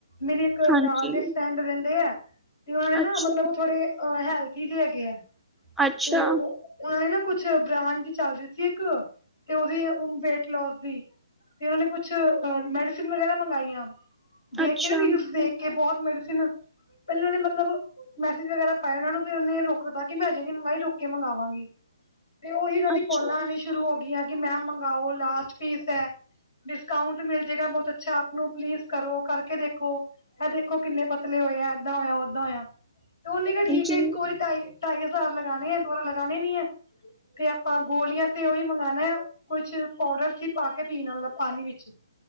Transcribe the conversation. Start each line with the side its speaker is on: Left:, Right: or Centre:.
Left: ਮੇਰੀ ਇੱਕ
Centre: ਹਾਂਜੀ,
Left: ਨਾਲ ਦੇ ਫਰੈਂਡ ਰਹਿੰਦੇ ਆ, ਤੇ ਉਹਨਾਂ ਨੇ ਨਾ
Centre: ਅੱਛਾ,
Left: ਮਤਲਬ ਉਹ ਥੋੜੇ ਉਹ ਹੈਲਥੀ ਜੇ ਹੈਗੇ ਆ,
Centre: ਅੱਛਾ,
Left: ਤੇ ਓਹ ਉਹਨਾਂ ਨੇ ਨਾ ਕੁਛ ਬ੍ਰਾਂਡ ਦੀ ਚੱਲ ਰੀ ਸੀ ਇੱਕ, ਤੇ ਉਹਦੀ ਵੇਟ ਲੌਸ ਦੀ। ਤੇ ਉਹਨਾਂ ਨੇ ਕੁਛ ਮੈਡੀਸਿਨ ਵਗੈਰਾ ਮੰਗਾਈਆਂ ਦੇਖ
Centre: ਅੱਛਾ,
Left: ਕੇ ਨਾ, ਰੀਲਜ਼ ਦੇਖ ਕੇ ਬਹੁਤ ਮੈਡੀਸਨ, ਪਹਿਲਾਂ ਉਹਨੇ ਮਤਲਬ ਮੈਸੇਜ ਵਗੈਰਾ ਪਾਇਆ, ਉਹਨਾਂ ਨੂੰ ਤੇ ਉਹਨੇ ਰੋਕ ਦਿੱਤਾ, ਕਿ ਮੈਂ ਹਜੇ ਨੀ ਮੰਗਾਈ ਰੁਕ ਕੇ ਮੰਗਵਾਵਾਂਗੀ, ਤੇ ਓਹੀ ਉਹਨਾਂ ਦੀ
Centre: ਅੱਛਾ,
Left: ਕੋਲਾਂ ਆਣੀਆਂ ਸ਼ੁ ਸ਼ੁਰੂ ਹੋਗੀਆਂ, ਕਿ ਮੈਮ ਮੰਗਵਾਓ ਲਾਸਟ ਪੀਸ ਐ। ਡਿਸਕਾਊਂਟ ਮਿਲ ਜੇਗਾ ਬਹੁਤ ਅੱਛਾ ਆਪ ਨੂੰ, ਪਲੀਜ਼ ਕਰੋ ਕਰਕੇ ਦੇਖੋ। ਇਹ ਦੇਖੋ ਕਿੰਨੇ ਪਤਲੇ ਹੋਏ ਆ, ਏਦਾਂ ਹੋਇਆ ਓਦਾਂ ਹੋਇਆ। ਤਾਂ ਉਹਨੇ ਕਿਹਾ ਠੀਕ
Centre: ਜੀ,
Left: ਐ, ਇੱਕ ਵਾਰੀ ਢਾਈ ਹਜ਼ਾਰ ਲਗਾਣੇ ਐ, ਦੁਬਾਰਾ ਲਗਾਣੇ ਨੀ ਐ। ਤੇ ਆਪਾਂ ਗੋਲੀਆਂ ਤੇ ਉਹੀ ਮੰਗਾਣਾ। ਕੁਛ ਪਾਊਡਰ ਸੀ ਪਾ ਕੇ ਪੀਣ ਆਲਾ ਪਾਨੀ ਵਿੱਚ।